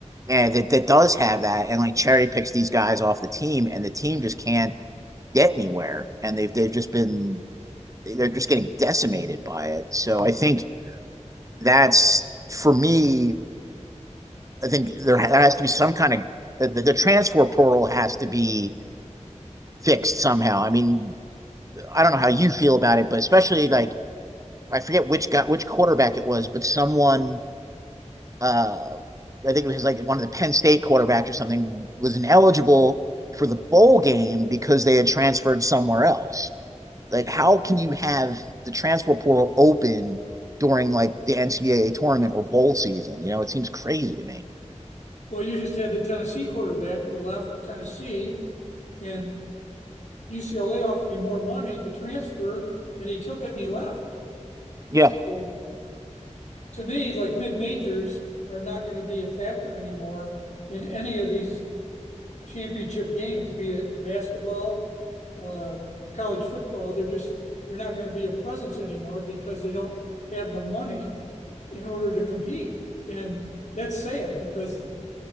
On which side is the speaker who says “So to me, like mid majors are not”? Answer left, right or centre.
Left